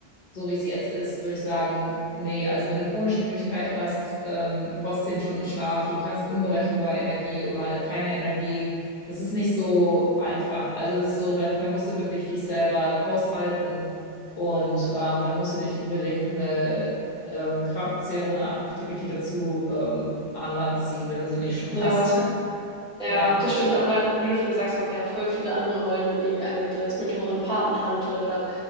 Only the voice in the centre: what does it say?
ja,
ja,
das stimmt, aber wie du schon gesagt hast, man kann ja voll viele andere Rollen dann irgendwie einnehmen, so als Mentorin, Patentante oder,